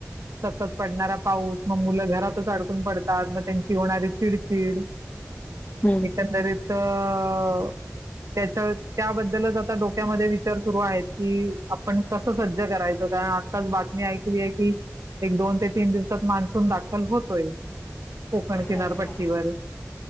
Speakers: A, on the right; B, on the left.
A: सतत पडणारा पाऊस मग मुलं घरातच अडकून पडतात मग त्यांची होणारी चिडचिड.
B: हम्म.
A: एकंदरीत अ त्याच्या त्याबद्दलच आता डोक विचार सुरू आहेत की, आपण कसं कसं करायचं कारण आत्ताच बातमी ऐकली आहे की, एक दोन ते तीन दिवसात मान्सून दाखल होतोय. कोकण किनारपट्टीवर.
B: हो हो